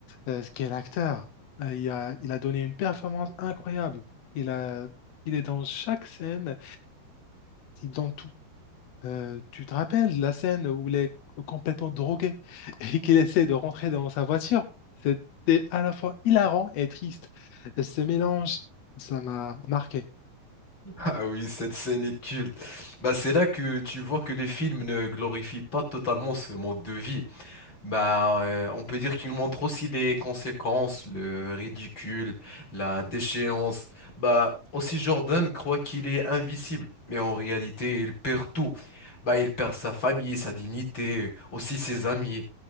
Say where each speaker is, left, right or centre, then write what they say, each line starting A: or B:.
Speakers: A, on the left (about 70°); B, on the left (about 30°).
A: euh, ce qui est l'acteur, euh, il a, il a donné une performance incroyable. Il a, il est dans chaque scène. C'est dans tout. Euh, tu te rappelles la scène où il est complètement drogué <laughs> et qu'il essaie de rentrer dans sa voiture? C'était à la fois hilarant et triste. Ce mélange, ça m'a marqué.
B: Ah oui, cette scène est culte. Bah, c'est là que tu vois que le film ne glorifie pas totalement ce mode de vie. Bah, euh, on peut dire qu'il montre aussi les conséquences, le ridicule, la déchéance. Bah, aussi Jordan croit qu'il est invisible, mais en réalité, il perd tout. Bah, il perd sa famille, sa dignité, aussi ses amis.